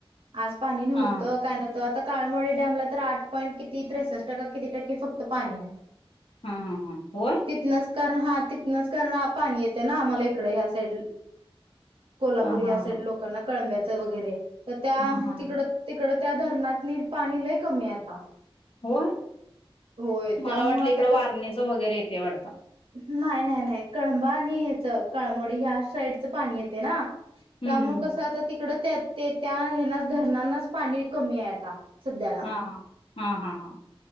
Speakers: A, on the right (about 65°); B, on the left (about 70°).
A: आज पाणी नव्हतं
B: हा
A: काय नव्हतं आता, काळमोडी डॅमला तर आठ पॉईंट किती त्रेसष्ट की किती टक्के फक्त पाणी आहे.
B: हा हा होय.
A: तिथनंच कारण हा तिथनंच कारण पाणी येते ना आम्हाला इकड ह्या साईड कोल्हापूर
B: हा
A: ह्या
B: हा
A: साईड लोकांना कळंब्याचं वगैरे, तर त्या
B: हा हा हा
A: तिकड तिकड त्या धरणात पाणी लय कमी आता
B: होय
A: होय
B: मला
A: त्यामुळे
B: वाटलं
A: आता
B: इकड
A: क
B: वारणीच वगैरे येते वाटत.
A: नाही नाही नाही कळंबा आणि याच कळमोडी ह्या साईडच पाणी येते ना
B: हम्म
A: त्यामुळे
B: हम्म
A: कसं आता ते तड ते त्या ह्याला धरण्यांच पाणी कमी आहे आता, सध्याला
B: हा हा हा हा हा